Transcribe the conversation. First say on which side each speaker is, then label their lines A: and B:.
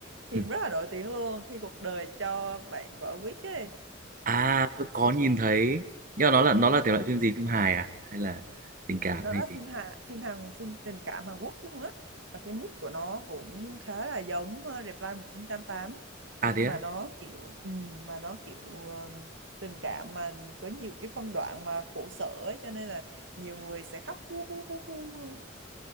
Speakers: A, on the right; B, on the right.
A: Phim
B: Ừ.
A: rất là nổi tiếng luôn khi cuộc đời cho bạn quả quýt ấy.
B: À tôi có nhìn thấy nhưng mà nó là nó là thể loại phim gì phim hài à hay là tình cảm
A: nó
B: hay
A: là phim
B: gì
A: Hàn phim Hàn phim tình cảm Hàn Quốc luôn á và cái mood của nó cũng khá là giống ờ, Reply 1988 ấy.
B: à thế
A: nhưng
B: á
A: mà nó kiểu ừm, mà nó kiểu ờ, tình cảm mà có nhiều cái phân đoạn mà khổ sở ấy cho nên là nhiều người sẽ khóc hu hu hu hu